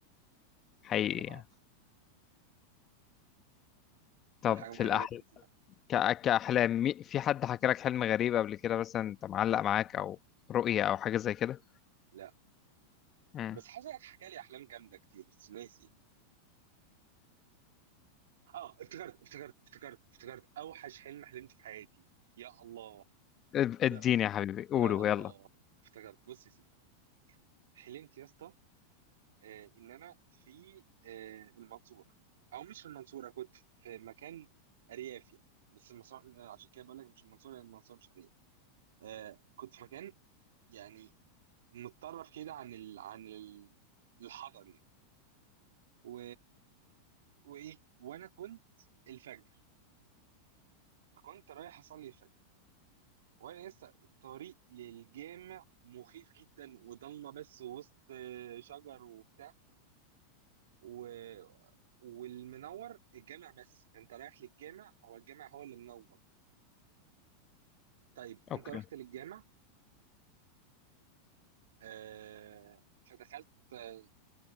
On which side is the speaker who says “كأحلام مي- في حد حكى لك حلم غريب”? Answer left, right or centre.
Left